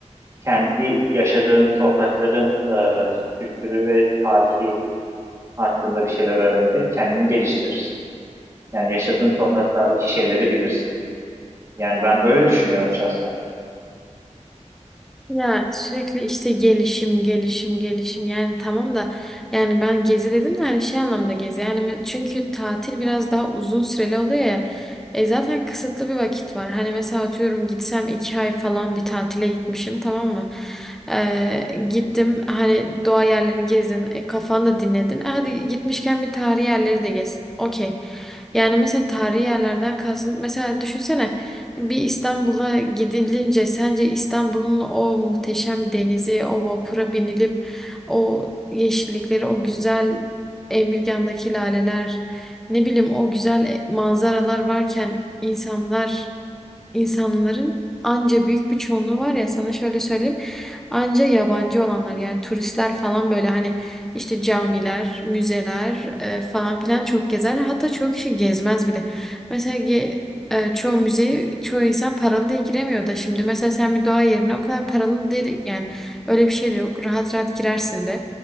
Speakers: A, on the right; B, in the centre.
A: kendi yaşadığın toprakların e, kültürü ve tarihi hakkında bir şeyler öğrenerek kendini geliştirirsin. Yani yaşadığın topraklardaki şeyleri bilirsin. Yani ben böyle düşünüyorum şahsen.
B: Ya sürekli işte gelişim gelişim gelişim yani tamam da yani ben gezi dedim de hani şey anlamda gezi yani me- çünkü tatil biraz daha uzun süreli oluyor ya e zaten kısıtlı bir vakit var hani mesela atıyorum gitsem iki ay falan bir tatile gitmişim tamam mı Ee, gittim hani doğa yerlerini gezdin e, kafanı da dinledin E, hadi gitmişken bir tarihi yerleri de gez okey yani mesela tarihi yerlerden kalsın mesela düşünsene bir İstanbul'a gidilince sence İstanbul'un o muhteşem denizi, o vapura binilip o yeşillikleri, o güzel Emirgan'daki laleler, ne bileyim o güzel e- manzaralar varken insanlar, insanların anca büyük bir çoğunluğu var ya sana şöyle söyleyeyim. Anca yabancı olanlar yani turistler falan böyle hani işte camiler, müzeler e, falan filan çok gezer. Hatta çok kişi gezmez bile. Mesela ge- e, çoğu müzeyi çoğu insan paralı diye giremiyor da şimdi mesela sen bir doğa yerine o kadar paralı değil yani öyle bir şey de yok. Rahat rahat girersin de.